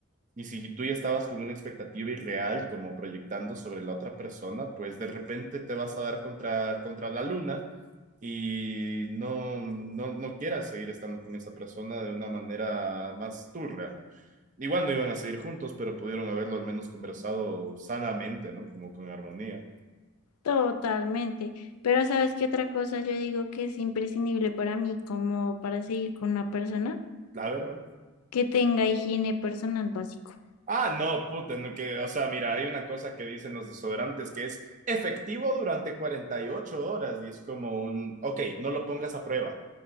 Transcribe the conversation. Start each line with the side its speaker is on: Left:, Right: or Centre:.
Right: y si tú ya estabas con una expectativa irreal, como proyectando sobre la otra persona, pues de repente te vas a dar contra, contra la luna y no, no, no quieras seguir estando con esa persona de una manera más turra. Igual no iban a seguir juntos, pero pudieron haberlo al menos conversado sanamente, ¿no? Como con armonía.
Left: Totalmente. Pero ¿sabes qué otra cosa yo digo que es imprescindible para mí como para seguir con una persona?
Right: A ver, a ver.
Left: Que tenga higiene personal básico.
Right: Ah, no, puta, no, que, o sea, mira, hay una cosa que dicen los desodorantes que es efectivo durante 48 horas y es como un, ok, no lo pongas a prueba,